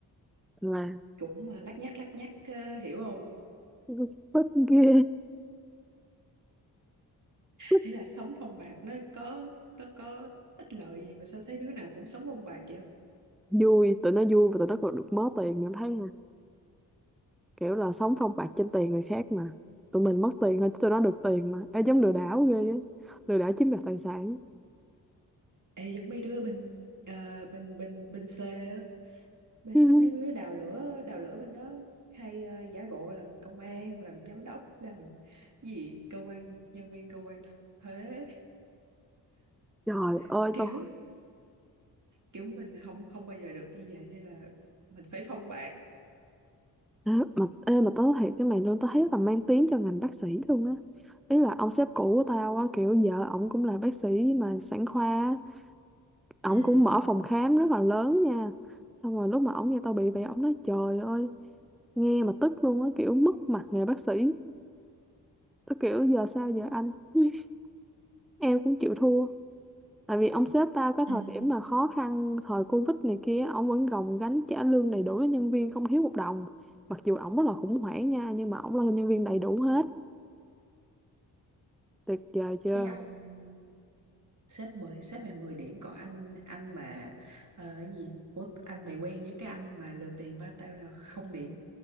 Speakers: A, in the centre; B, on the right.
A: Là
B: cũng ờ, lắc nhắc lắc nhắc ờ, hiểu không
A: <laughs> tức ghê tức
B: ý là sống phong bạc nó có nó có ích lợi gì mà sao thấy đứa nào cũng sống phong bạc vậy
A: vui tụi nó vui và tụi nó còn được mớ tiền nữa thấy kiểu là sống phong bạc trên tiền người khác mà tụi mình mất tiền thôi chứ tụi nó được tiền mà Ê, giống lừa đảo ghê á lừa đảo chiếm đoạt tài sản
B: ê giống mấy đứa bên ờ, bên bên bên C á, bên-
A: <laughs>
B: mấy đứa đào lửa đào lửa bên đó hay ờ, giả bộ làm công an làm giám đốc làm gì cơ quan nhân viên cơ quan thuế
A: trời
B: <laughs>
A: ơi
B: kiểu
A: tôi
B: kiểu mình không không bao giờ được như vậy nên là mình phải phong bạc
A: Ê, mà ê, mà tớ nói thiệt cái mày luôn tao thấy là mang tiếng cho ngành bác sĩ luôn á ý là ông sếp cũ của tao á kiểu vợ ổng cũng là bác sĩ mà sản khoa á. ổng
B: ừ
A: cũng mở phòng khám rất là lớn nha xong rồi lúc mà ổng nghe tao bị vậy ổng nói trời ơi nghe mà tức luôn á kiểu mất mặt nghề bác sĩ tao kiểu giờ sao giờ anh <laughs> em cũng chịu thua tại vì ông sếp tao cái
B: ừ
A: thời điểm mà khó khăn thời Covid này kia ông vẫn gồng gánh trả lương đầy đủ cho nhân viên không thiếu một đồng mặc dù ổng rất là khủng hoảng nha nhưng mà ổng lo cho nhân viên đầy đủ hết tuyệt vời chưa
B: cái ông sếp mười sếp mày 10 điểm còn anh anh mà ờ, cái gì của anh mày quen với cái anh mà lừa tiền ba tao là không điểm